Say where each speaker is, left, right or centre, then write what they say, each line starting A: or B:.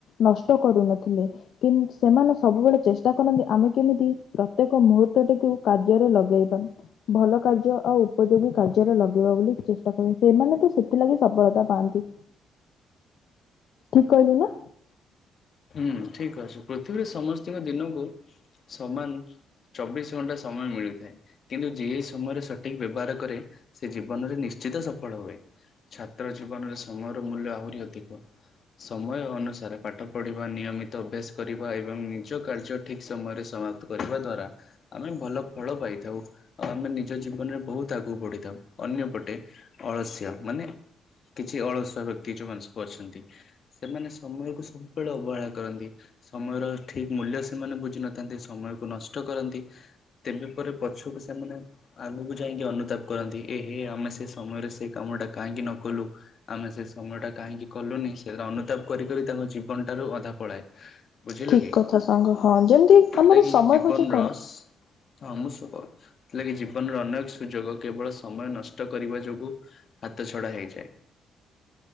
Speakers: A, on the left; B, on the left.
A: ନଷ୍ଟ କରୁନଥିଲେ। କି ସେମାନେ ସବୁବେଳେ ଚେଷ୍ଟା କରନ୍ତି ଆମେ କେମିତି ପ୍ରତ୍ୟେକ ମୁହୂର୍ତ୍ତ ଟିକୁ କାର୍ଯ୍ୟରେ ଲଗେଇବା। ଭଲ କାର୍ଯ୍ୟ ଆଉ ଉପଯୋଗୀ କାର୍ଯ୍ୟରେ ଲଗେଇବା ବୋଲି ଚେଷ୍ଟା କରନ୍ତି। ସେମାନେ ତ ସେ ସେଥିଲାଗି ସଫଳତା ପାଆନ୍ତି। ଠିକ କହିଲି ନା।
B: ହୁଁ ଠିକ ଅଛି ପୃଥିବୀରେ ସମସ୍ତଙ୍କ ଦିନକୁ ସମାନ ଚବିଶ ଘଣ୍ଟା ସମୟ ମିଳିଥାଏ। କିନ୍ତୁ ଯିଏ ସମୟରେ ସଠିକ ବ୍ୟବହାର କରେ ସେ ଜୀବନରେ ନିଶ୍ଚିତ ସଫଳ ହୁଏ। ଛାତ୍ର ଜୀବନରେ ସମୟର ମୂଲ୍ୟ ଆହୁରି ଅଧିକ। ସମୟ ଅନୁସାରେ ପାଠ ପଢ଼ିବା ନିୟମିତ ଅଭ୍ୟାସ କରିବା ଏବଂ ନିଜ କାର୍ଯ୍ୟ ଠିକ ସମୟରେ ସମାପ୍ତ କରିବା ଦ୍ଵାରା ଆମେ ଭଲ ଫଳ ପାଇଥାଉ ଆଉ ଆମେ ନିଜ ଜୀବନରେ ବହୁତ ଆଗକୁ ବଢିଥାଉ। ଅନ୍ୟପଟେ ଅଳସ୍ୟ ମାନେ କିଛି ଅଳସୁଆ ବ୍ୟକ୍ତି ଯୋଉମାନେ ସବୁ ଅଛନ୍ତି। ସେମାନେ ସମୟ କୁ ସବୁବେଳେ ଅବହେଳା କରନ୍ତି ସମୟର ଠିକ ମୂଲ୍ୟ ସେମାନେ ବୁଝିନଥାନ୍ତି, ସମୟକୁ ନଷ୍ଟ କରନ୍ତି। ତେବେ ପରେ ପଛକୁ ସେମାନେ ଆଗକୁ ଯାଇକି ଅନୁତାପ କରନ୍ତି ଏ ହେ ଆମେ ସେ ସମୟରେ ସେ କାମ ଟା କାହିଁକି ନ କଲୁ। ଆମେ ସେ ସମୟ ଟା କାହିଁକି କଲୁନି ସେ ଅନୁତାପ କରିିକରି ତାଙ୍କ ଜୀବନ ଟାରୁ ଅଧା ପଳାଏ। ବୁଝିଲୁ
A: ଠିକ
B: କି?
A: କଥା ସାଙ୍ଗ ହଁ ଯେମିତି
B: ସେଥିଲାଗି
A: ଆମର ସମୟ
B: ଜୀବନ
A: ହଉଛି କଣ
B: ରସ ହଁ ମୁଁ, ସେଥିଲାଗି ଜୀବନର ଅନେକ ସୁଯୋଗ କେବଳ ସମୟ ନଷ୍ଟ କରିବା ଯୋଗୁ ହାତ ଛଡା ହେଇଯାଏ।